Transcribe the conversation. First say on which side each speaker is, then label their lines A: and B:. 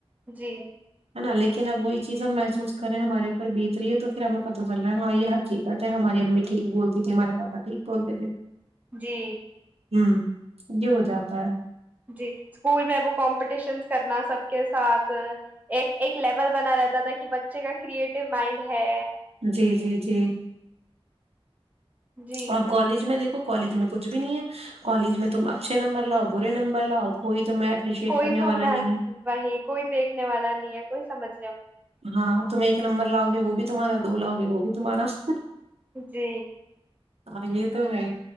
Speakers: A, on the right; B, on the right.
A: جی
B: نا لیکن اب وہی چیز ہم محسوس کرےیں ہمارے اپر بیت رہی ہے تو پھر ہمیں پتا چل رہ ہے ہاں یہ ہقھیک ہے تھے ہماری امیٹھیک بولتی تھی ہمارے پاپا ٹھیک بول تھے
A: جی
B: ہوں یہ ہو جاتا ہے
A: جی اسکول میں اب کمپٹیشنس کرنا سب کے ساتھ ایک ایک لیول بنا رہتا تھا کہ بچے کا کریئٹو مائنڈ ہے
B: جی جی جی
A: جی
B: اور کالج میں دیکھو کالج میں کچ بھی نہیں ہے کالج میں تم اچھے نمبر لاؤ برے نمبر لاؤ کوئی تمہیں اپریشیٹ
A: کوئی
B: کرنے
A: ت
B: والا نہیں
A: وہی کوئی دیکھنے والا نہیں ہے کوئی سمجھ
B: ہاں تم نمبر لاؤے وہ بھی تمہارا دو لاؤ گے وہ بھی تمہارا س
A: جی
B: ہاں یہ تو ہے